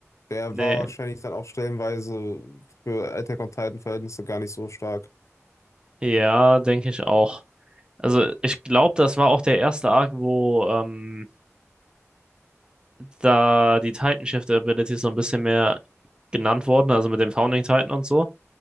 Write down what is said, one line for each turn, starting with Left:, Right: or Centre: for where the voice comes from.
Left: Der
Right: nee,
Left: war wahrscheinlich dann auch stellenweise für Attack on Titan Verhältnisse gar nicht so stark.
Right: ja, denke ich auch. Also, ich glaube, das war auch der erste Arc, wo ähm, da die Titan Shift Abilities so ein bisschen mehr genannt wurden, also mit dem Founding Titan und so.